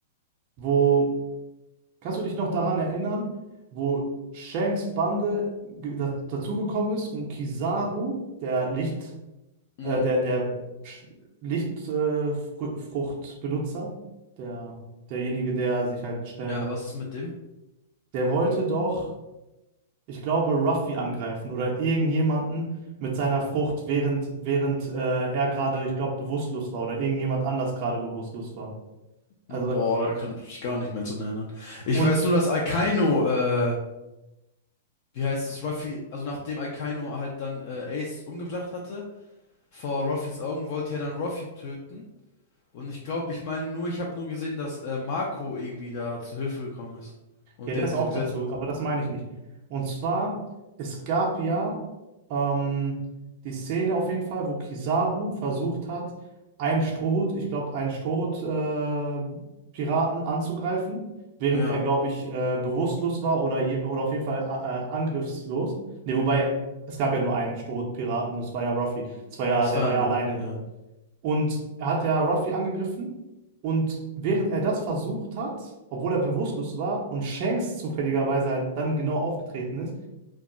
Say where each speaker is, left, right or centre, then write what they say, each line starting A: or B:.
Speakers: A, on the right; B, on the left.
A: wo, kannst du dich noch daran erinnern, wo Shanks Bande ge- da, dazugekommen ist und Kizaru, der Licht,
B: Mhm.
A: äh, der, der Lichtfruchtbenutzer, äh, Fru- Fruchtbenutzer, der, derjenige, der sich halt schnell,
B: Ja, was ist mit dem?
A: der wollte doch. ich glaube, Ruffy angreifen oder irgendjemanden mit seiner Frucht, während, während äh, er gerade, ich glaube, bewusstlos war oder irgendjemand anders gerade bewusstlos war. Also,
B: Boah, da kann ich mich gar nicht mehr dran erinnern. Ich
A: und
B: weiß nur, dass Akainu, äh, wie heißt es, Ruffy, also nachdem Akainu halt dann äh, Ace umgebracht hatte, vor Ruffys Augen wollte er dann Ruffy töten. Und ich glaube, ich meine nur, ich habe nur gesehen, dass äh, Marco irgendwie da zu Hilfe gekommen ist und
A: Ja, das
B: den
A: auch
B: so gerettet
A: dazu,
B: hat.
A: aber das meine ich nicht. Und zwar, es gab ja ähm, die Szene auf jeden Fall, wo Kizaru versucht hat, einen Strohhut, ich glaube, einen Strohhut-Piraten anzugreifen, während
B: Ja,
A: er, glaube ich, äh, bewusstlos war oder, je, oder auf jeden Fall äh, äh, angriffslos. Ne, wobei, es gab ja nur einen Strohhut-Piraten und es war ja Ruffy. Es war ja,
B: das
A: der
B: war
A: war
B: er nur.
A: ja alleine
B: Ja.
A: dort. Und er hat ja Ruffy angegriffen. Und während er das versucht hat, obwohl er bewusstlos war und Shanks zufälligerweise halt dann genau aufgetreten ist,